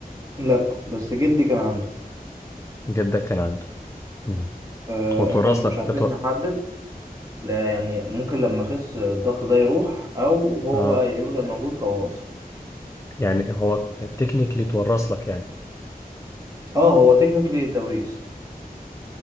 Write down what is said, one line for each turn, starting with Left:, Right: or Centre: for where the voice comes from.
Right: لا بس جدي كان عنده
Left: جدك كان عنده امم
Right: فاحنا
Left: وتورث
Right: مش
Left: لك
Right: عارفين
Left: اتو...
Right: نحدد لا يعني ممكن لما اخس الضغط ده يروح او هو
Left: آه
Right: بقى يفضل موجود فوراثة
Left: يعني هو تكنيكلي تورث لك يعني
Right: اه هو تكنيكلي توريث